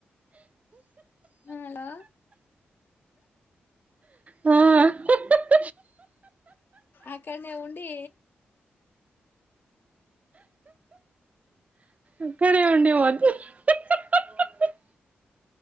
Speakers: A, on the left (about 55°); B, on the right (about 35°).
A: హలో
B: హ ఆ <unintelligible>
A: అక్కడనే ఉండి
B: ఇక్కడే ఉండి పోద్ది <unintelligible>